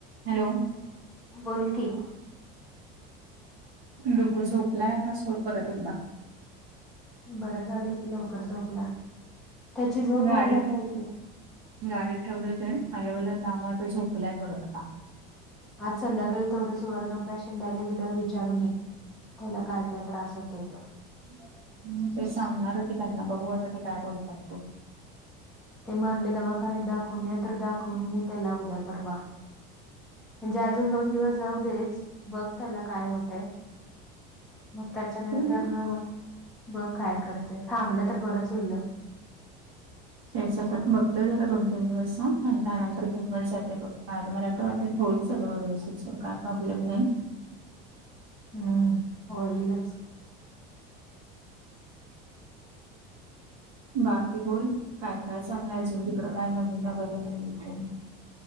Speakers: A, on the right (about 55°); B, in the centre.
A: Hello!
B: बोल की!
A: डूग्गू झोपलाय पासो परत एकदा.
B: बरं झालं की लवकर झोपला, त्याची झोप
A: गाडीत
B: व्हायला पाहिजे.
A: गाडीत ठेवले होते हलवल होत त्यामुळं तो झोपलाय परत आता.
B: आज संध्याकाळी तेवढं सुवर्ण प्राशन द्यायला गेल्यावर, विचारून ये त्याला काय, काय त्रास होतोय. तो.
A: हूं ते सांगणार की त्यांना बघू आता ते काय बोलतात ते.
B: ते म्हणले दवाखानेत दाखवून ये तर दाखवून ये त्याला उद्या परवा. म्हणजे अजून दोन दिवस जाऊ देच, बघ त्याला काय होतय. म त्याच्यानंतर
A: ते
B: ना मग बघ. काय करतय थांबलं तर बरंच होईल अ. <inaudible>
A: त्याचा त बघतोय जरा दोन तीन दिवस अ, आणि त्यानंतर घिऊनच जाते बघ. का मला असं वाटत होईल सगंळ व्यवस्थीत च काय प्रॉब्लेम नाही.
B: हूं होईलच. हम <inaudible>
A: बाकी बोल काय काय चालल अजून तिकड काय नवीन वगैरे